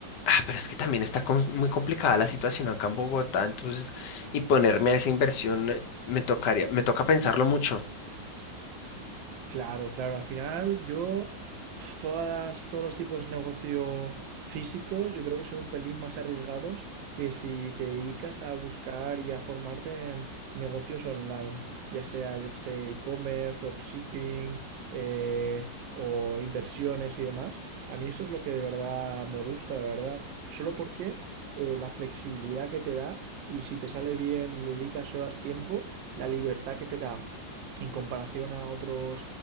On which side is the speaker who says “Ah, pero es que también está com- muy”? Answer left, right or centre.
Left